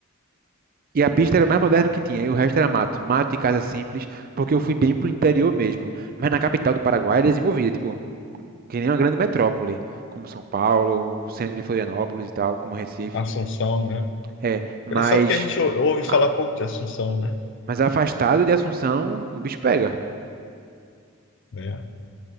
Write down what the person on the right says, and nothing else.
e a pista era mais moderna que tinha, e o resto era mato. Mato e casa simples, porque eu fui bem pro interior mesmo. Mas na capital do Paraguai era desenvolvida, tipo, que nem uma grande metrópole, como São Paulo, o centro de Florianópolis e tal, como Recife.
É, mas,
ah,
mas afastado de Assunção, o bicho pega.